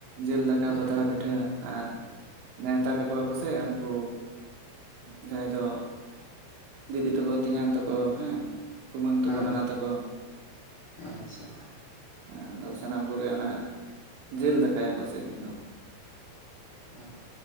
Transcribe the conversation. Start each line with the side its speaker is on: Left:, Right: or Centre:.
Right: ᱡᱮᱞ ᱫᱟᱠᱟ
Left: ᱦᱮᱸ
Right: ᱯᱟᱛᱲᱟ ᱯᱤᱴᱟᱹ ᱟᱨ ᱱᱮᱶᱛᱟ ᱠᱟᱠᱚᱣᱟ ᱠᱚ ᱥᱮ ᱩᱱᱠᱩ ᱡᱟᱦᱟᱸᱭ ᱫᱚ ᱫᱤᱫᱤ ᱛᱟᱠᱚ ᱛᱮᱧᱟᱝ ᱛᱟᱠᱚ ᱦᱮᱸ ᱠᱩᱢᱟᱹᱝ ᱛᱟᱠᱚ
Left: ᱦᱮᱸ
Right: ᱱᱟᱱᱟ ᱛᱟᱠᱚ
Left: ᱟᱪᱪᱷᱟ
Right: ᱦᱮ ᱟᱫᱚ ᱥᱟᱱᱟᱢ ᱠᱚᱜᱮ ᱚᱱᱟ ᱡᱤᱞ ᱫᱟᱠᱟᱭᱟᱠᱚ ᱥᱮ ᱫᱤᱱ ᱫᱚᱦ
Left: ᱚᱸ᱾